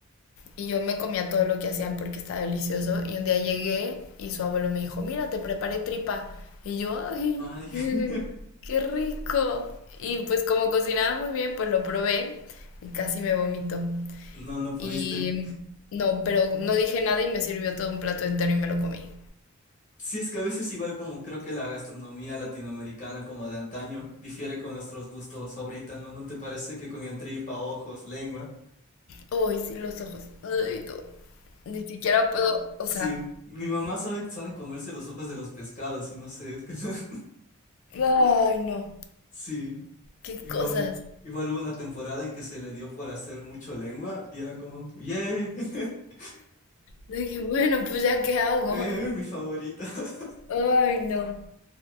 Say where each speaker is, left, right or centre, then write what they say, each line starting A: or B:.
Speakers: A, on the left (about 65°); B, on the left (about 35°).
A: Y yo me comía todo lo que hacían porque estaba delicioso. Y un día llegué y su abuelo me dijo, mira, te preparé tripa. Y yo, ay,
B: Ay,
A: <laughs> eh,
B: <laughs>
A: qué rico. Y pues como cocinaba muy bien, pues lo probé y casi me vomito.
B: no, no pudiste.
A: Y no, pero no dije nada y me sirvió todo un plato entero y me lo comí.
B: Sí, es que a veces igual como creo que la gastronomía latinoamericana como de antaño difiere con nuestros gustos ahorita, ¿no? ¿No te parece que comían tripa, ojos, lengua?
A: Ay, sí, los ojos. Ay, no. Ni siquiera puedo, o
B: Sí.
A: sea,
B: Mi mamá sabe, sabe comerse los ojos de los pescados y no sé, es que <laughs>
A: ay, no.
B: Sí.
A: Qué
B: Igual,
A: cosas.
B: igual hubo una temporada en que se le dio por hacer mucho lengua y era como, ¡yay! <laughs>
A: Dije, bueno, pues ya qué hago.
B: Eh, mi favorita. <laughs>
A: Ay, no.